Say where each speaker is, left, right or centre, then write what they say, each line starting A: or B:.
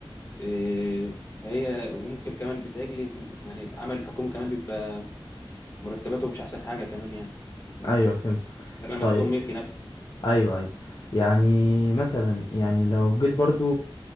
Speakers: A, on the left; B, on the left.
A: إيه، هي وممكن كمان بتهاجلي يعني العمل الحكومي كمان بيبقى مرتباته مش احسن حاجه كمان يعني إيه،
B: ايوه فهمتك
A: غير لما
B: طيب
A: تكون ملكي نفسي
B: ايوه ايوه يعني مثلا يعني لو جيت برضو